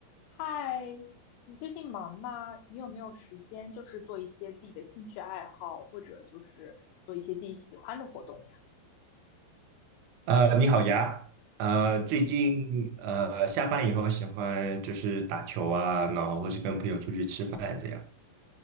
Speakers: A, on the left (about 85°); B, on the right (about 80°).
A: 嗨，你最近忙吗？你有没有时间，就是做一些自己的兴趣爱好，或者就是做一些自己喜欢的活动呀？
B: 呃，你好呀，呃，最近呃下班以后喜欢就是打球啊，然后或是跟朋友出去吃饭这样。